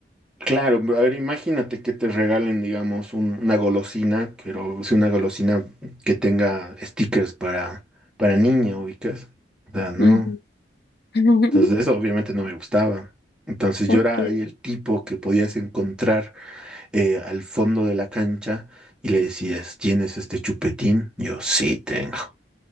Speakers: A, in the centre; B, on the left.
A: claro, a ver, imagínate que te regalen, digamos, un- una golosina, pero es una golosina que tenga stickers para, para niña, ubicas. O sea, no.
B: Ujú. <laughs>
A: Entonces, eso obviamente no me gustaba. Entonces,
B: Ok.
A: yo era ahí el tipo que podías encontrar eh, al fondo de la cancha y le decías, ¿tienes este chupetín? Yo sí tengo.